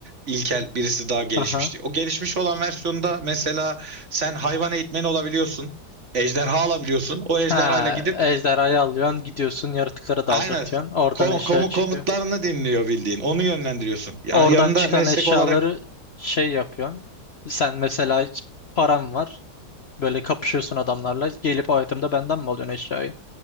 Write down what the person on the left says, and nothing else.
Aha.
Ha,
ejderhayı alıyorsun gidiyorsun yaratıklara
daldırtıyorsun. Oradan
eşya
çıkıyor.
Oradan
çıkan
eşyaları
şey yapıyorsun. Sen mesela hiç param var. Böyle kapışıyorsun adamlarla. Gelip o item'da benden mi alıyorsun eşyayı?